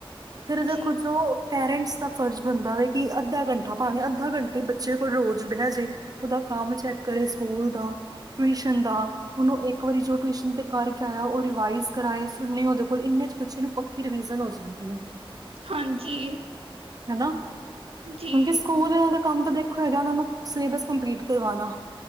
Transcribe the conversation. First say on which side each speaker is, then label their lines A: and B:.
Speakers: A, on the right; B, on the right.
A: ਫਿਰ ਦੇਖੋ
B: ਜੀ
A: ਜੋ। ਪੇਰੈਂਟਸ ਦਾ ਫਰਜ਼ ਬਣਦਾ ਵ ਕਿ ਅੱਧਾ ਘੰਟਾ ਭਾਵੇਂ ਅੱਧਾ ਘੰਟੇ ਬੱਚੇ ਕੋਲ ਰੋਜ਼ ਬਹਿਜੇ। ਉਹਦਾ ਕੰਮ ਚੈੱਕ ਕਰੇ ਸਕੂਲ ਦਾ ਟਿਊਸ਼ਨ ਦਾ ਉਹਨੂੰ ਇੱਕ ਇੱਕ ਵਾਰੀ ਜੋ ਟਿਊਸ਼ਨ ਤੇ ਕਰਕੇ ਆਇਆ ਉਹ ਰਿਵਾਈਜ਼ ਕਰਵਾਏ ਸੁਨੇ ਉਹਦੇ ਕੋਲ ਇੰਨਾ ਚ ਬੱਚੇ ਨੂੰ ਪੱਕੀ ਰਵੀਜਨ ਹੋ ਜਾਂਦੀ ਹੈ।
B: ਹਾਂਜੀ
A: ਹਨਾ? ਕਿਉਂਕਿ
B: ਜੀ
A: ਸਕੂਲ ਦਾ ਕੰਮ ਤਾਂ ਦੇਖੋ ਇਹ ਉਹ ਨੂੰ ਸਿਲੇਬਸ ਕੰਪਲੀਟ ਕਰਵਾਣਾ